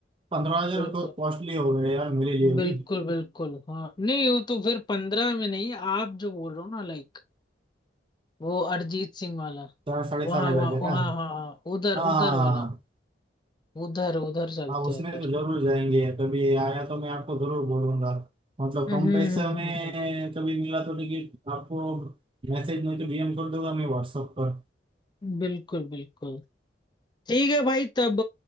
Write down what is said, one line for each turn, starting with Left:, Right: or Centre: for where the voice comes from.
Right: पंद्रह हजार
Left: बिल्कुल
Right: तो कॉस्टली हो गए यार मेरे लिए भी
Left: बिल्कुल बिल्कुल हाँ नहीं वो तो फिर पंद्रह में नहीं आप जो बोल रहे हो ना लाइक वो अरिजीत सिंह वाला
Right: चार साढ़े
Left: वहाँ
Right: चार हजार
Left: वहाँ
Right: का क्या
Left: वहाँ हाँ हाँ उधर
Right: हाँ
Left: उधर
Right: हाँ हाँ,
Left: वाला
Right: हाँ।
Left: उधर उधर चलते
Right: हाँ उसमें
Left: हैं फिर
Right: तो जरूर जाएंगे कभी आया तो मैं आपको जरूर बोलूंगा मतलब
Left: हम्म
Right: कम
Left: हम्म
Right: पैसा
Left: हम्म,
Right: में
Left: हम्म,
Right: कभी मिला तो टिकट आपको मैसेज में तो डीएम कर दूंगा मैं व्हाट्सएप पर
Left: हम्म। बिल्कुल बिल्कुल ठीक है भाई तब